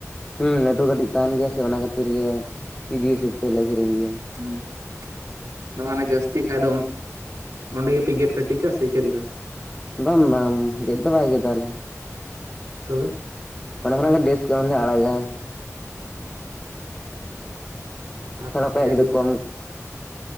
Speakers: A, on the left (about 20°); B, on the right (about 75°).
A: ᱦᱩᱸ ᱞᱟᱹᱴᱩ ᱠᱟᱹᱴᱤᱡ ᱛᱟᱦᱮᱱ ᱜᱮᱭᱟ ᱥᱮ ᱚᱱᱟ ᱠᱷᱟᱹᱛᱤᱨ ᱜᱮ ᱠᱮᱡᱤ ᱦᱤᱥᱟᱹᱵ ᱛᱮᱞᱮ ᱟᱠᱷᱤᱨᱤᱧ ᱜᱮᱭᱟ ᱾
B: ᱦᱩᱸ ᱾ ᱢᱟᱱᱮ ᱡᱟᱹᱥᱛᱤ ᱠᱷᱟᱡᱽ ᱫᱚ ᱚᱸᱰᱮ ᱜᱮᱯᱮ ᱜᱮᱫ ᱠᱟᱹᱴᱤᱡᱟ ᱥᱮ ᱪᱮᱫ ᱞᱮᱠᱟ?
A: ᱵᱟᱝ ᱵᱟᱝ ᱜᱮᱫ ᱫᱚ ᱵᱟᱝ ᱜᱮᱫ ᱟᱞᱮ ᱾
B: ᱛᱚᱵᱮ?
A: ᱚᱱᱟ ᱠᱷᱚᱱᱟᱜ ᱜᱮ ᱰᱤᱥᱠᱟᱣᱩᱱᱴ ᱞᱮ ᱟᱲᱟᱜᱟ ᱾
B: <unintelligible>
A: ᱛᱷᱚᱲᱟ ᱚᱠᱚᱭᱟᱜ ᱡᱩᱫᱤ ᱠᱚᱢ